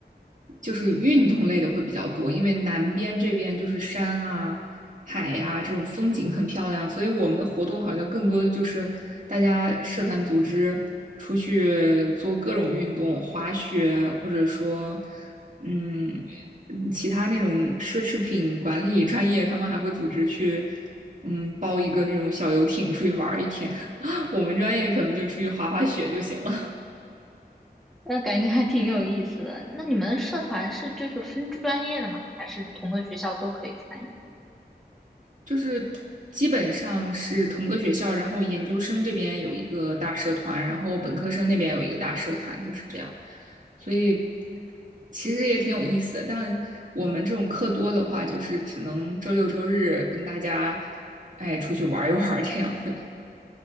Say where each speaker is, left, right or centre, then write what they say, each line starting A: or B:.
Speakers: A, on the right; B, in the centre.
A: 就是运动类的会比较多，因为南边这边就是山啊、海呀、这种风景很漂亮，所以我们的活动好像更多的就是大家社团组织出去做各种运动，滑雪或者说嗯其他那种奢侈品管理专业，他们还会组织去。嗯，包一个那种小游艇出去玩一天。<laughs> 我们专业可能就出去滑滑雪就行了。
B: 那感觉还挺有意思的。那你们社团是就是分专业的吗？还是同个学校都可以参与？
A: 就是基本上是同个学校，然后研究生这边有一个大社团，然后本科生那边有一个大社团，就是这样。所以其实也挺有意思的。但我们这种课多的话，就是只能周六周日跟大家哎出去玩一玩这样的。